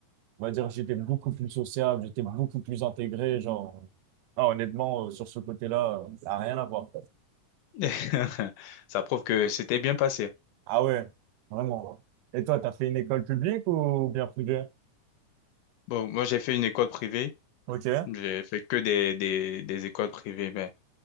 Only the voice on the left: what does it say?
<laughs> Ça prouve que c'était bien passé.
Bon, moi, j'ai fait une école privée.
J'ai fait que des, des, des écoles privées. Mais